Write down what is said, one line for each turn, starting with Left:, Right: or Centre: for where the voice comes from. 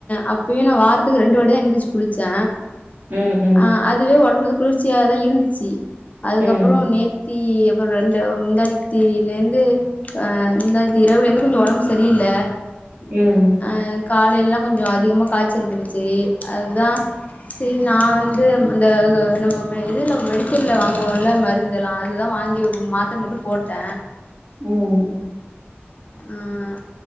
Left: அப் இப்பயு நா வாரத்துக்கு ரெண்டு வாட்டி தான் எண்ண தேச்சி குளிச்சன்
Right: ம் ம்
Left: ஆ அதுவே ஒடம்பு குளிர்ச்சியாதா இருந்துச்சு அதுக்கப்புறம்
Right: ம்
Left: நேத் த்தி அப்புறம் ரெண்டு முந்தா நேத்திலேருந்து ஆ முந்தாநேத்தி இரவுலந்து கொஞ்சம் ஒடம்பு சரியில்ல
Right: ம்
Left: அ கால்ல எல்லா கொஞ்சோ அதிகமா காய்ச்சல் இருந்துச்சு அதா சேரி நா வந்து அந்த நம்ம மே இதுல மெடிக்கல்ல வாங்குவோல்ல மருந்து எல்லா அதுதா வாங்கி மாத்துர மட்டு போட்ட
Right: ம்
Left: ம்